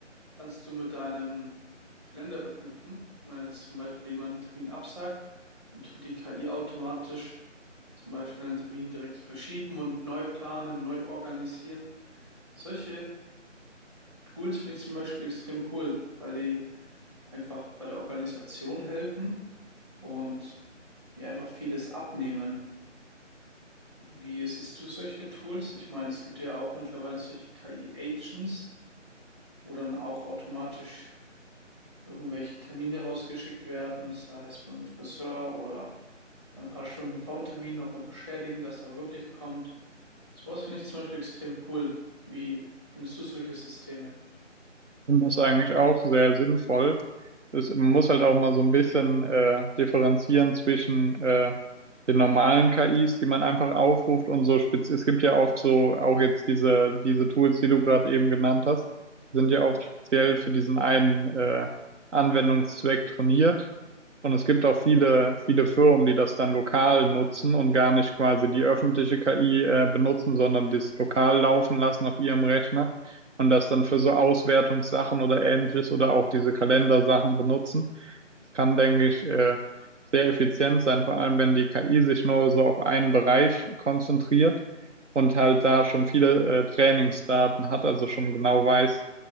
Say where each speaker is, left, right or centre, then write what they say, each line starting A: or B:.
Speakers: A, on the right; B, on the right.
A: kannst du mit deinem Kalender verknüpfen. Wenn jetzt zum Beispiel jemand einen Termin absagt, dann tut die KI automatisch zum Beispiel einen Termin direkt verschieben und neu planen, neu organisieren. Solche Tools finde ich zum Beispiel extrem cool, weil die einfach bei der Organisation helfen und die einfach vieles abnehmen. Wie siehst du solche Tools? Ich meine, es gibt ja auch mittlerweile solche KI-Agents, wo dann auch automatisch irgendwelche Termine rausgeschickt werden, sei es beim Friseur oder ein paar Stunden vor dem Termin nochmal bestätigen, dass er wirklich kommt. Sowas finde ich zum Beispiel extrem cool. Wie findest du solche Systeme?
B: Und das ist eigentlich auch sehr sinnvoll. Es, man muss halt auch mal so ein bisschen äh, differenzieren zwischen äh, den normalen KIs, die man einfach aufruft und so spez es gibt ja oft so auch jetzt diese diese Tools, die du gerade eben genannt hast, sind ja oft speziell für diesen einen äh, Anwendungszweck trainiert. Und es gibt auch viele, viele Firmen, die das dann lokal nutzen und gar nicht quasi die öffentliche KI äh, benutzen, sondern das lokal laufen lassen auf ihrem Rechner und das dann für so Auswertungssachen oder ähnliches oder auch diese Kalendersachen benutzen. Das kann, denke ich, äh, sehr effizient sein, vor allem wenn die KI sich nur so auf einen Bereich konzentriert und halt da schon viele äh, Trainingsdaten hat, also schon genau weiß,